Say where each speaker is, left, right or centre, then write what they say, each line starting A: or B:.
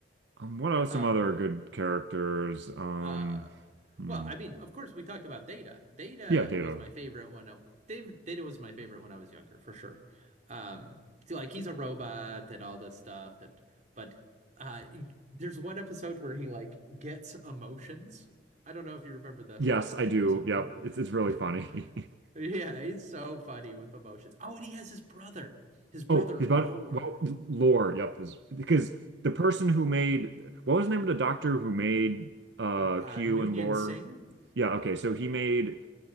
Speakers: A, on the right (about 80°); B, on the right (about 45°).
A: Um, what are some
B: um,
A: other good characters? Um,
B: Uh,
A: hmm.
B: well, I mean, of course, we talked about Data. Data
A: Yeah, Data.
B: was my favorite when I, David, Data was my favorite when I was younger, for sure. Um, so, like he's a robot and all this stuff, and but uh, there's one episode where he like gets emotions. I don't know if you remember this,
A: Yes,
B: or
A: I
B: maybe
A: do.
B: it was a movie.
A: Yep. It's it's really
B: <laughs>
A: funny. <laughs>
B: Yeah, he's so funny with emotions. Oh, and he has his brother, his brother
A: Oh, he's
B: Lore,
A: about well lore, yep, is because the person who made what was the name of the doctor who made uh
B: uh,
A: Q
B: Noonien
A: and lore?
B: Singh.
A: Yeah, okay. So he made